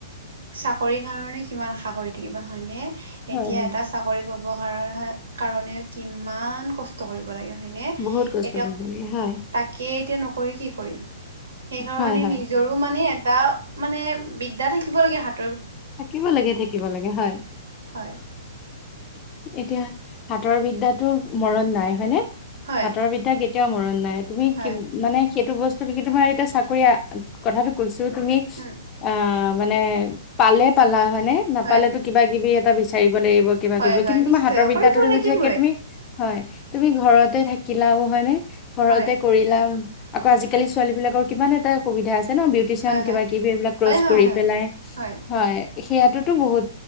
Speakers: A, on the right (about 85°); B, on the left (about 15°).
A: চাকৰি কাৰনে কিমান আশা কৰি থাকিবা হয়নে? এতিয়া
B: হয় হয়
A: এটা চাকৰি পাব কাৰণ হয় কাৰণে কিমান কষ্ট কৰিব লাগে হয়নে?
B: বহুত কষ্ট
A: এতিয়া
B: কৰিব লাগে হয়
A: তাকে এতিয়া ন কৰি কি কৰিম। সেইকাৰণে
B: হয় হয়
A: নিজৰো মানে এটা মানে বিদ্যা থাকিব লাগে হাত
B: থাকিব লাগে থাকিব লাগে হয়।
A: হয়
B: এতিয়া হাতৰ বিদ্যাতো মৰণ নাই হয়নে?
A: হয়
B: হাতৰ বিদ্যা কেতিয়াও মৰণ নাই। তুমি
A: হয়
B: কি মানে সেইটো বস্তু নেকি তোমাৰ এতিয়া চাকৰি কথাটো কৈছ- তো তুমি
A: উম
B: আহ মানে পালে পালা। হয় নে নেপালেতো
A: হয়
B: কিবা-কিবি এটা বিচাৰিব লাগিব কিবা
A: হয়
B: কৰিব,
A: হয়
B: কিন্তু
A: নিশ্চয়
B: তোমাৰ হাতৰ বিদ্যাটো
A: কৰিব
B: যদি
A: লাগিবই
B: থাকে তুমি হয়, তুমি ঘৰত ঘৰতে থাকিলাও হয় নে ঘৰতে
A: হয়
B: কৰিলাও আকৌ আজিকালি ছোৱালী বিলাকৰ কিমান এটা সুবিধা আছ- জান বিউটিচিয়ান
A: হয় হয়
B: কিবা-কিবি এইবিলাক কোৰ্চ
A: হয়
B: কৰি
A: হয়
B: পেলাই।
A: হয় হয়
B: হয় সেয়াতোতো বহুত